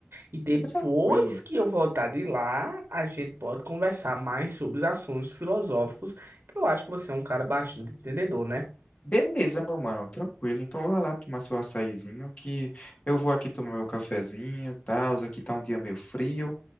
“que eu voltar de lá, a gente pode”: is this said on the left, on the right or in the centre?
Right